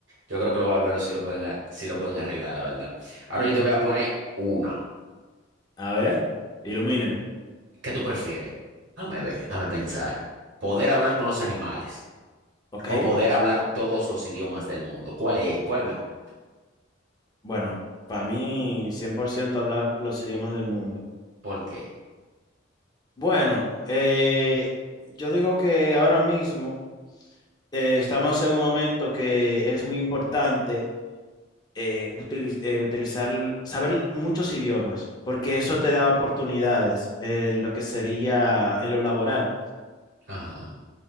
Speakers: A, on the right (about 65°); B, on the left (about 20°).
A: Yo creo que los barberos sí lo pueden, a- sí lo pueden arreglar, la verdad. Ahora
B: Ujú.
A: yo te voy a poner una.
B: A ver, ilumíneme.
A: ¿Qué tú prefieres? Dame ver, dame pensar. ¿Poder hablar con los animales
B: Ok.
A: o poder hablar todos los idiomas del mundo? ¿Cuál es, cuál es mejor?
B: Bueno, para mí 100% hablar los idiomas del mundo.
A: ¿Por qué?
B: Bueno, eh, yo digo que ahora mismo eh, estamos en un momento que es muy importante eh, utili- eh, utilizar, saber muchos idiomas, porque
A: Ujú.
B: eso te da oportunidades en lo que sería en lo laboral.
A: Ajá.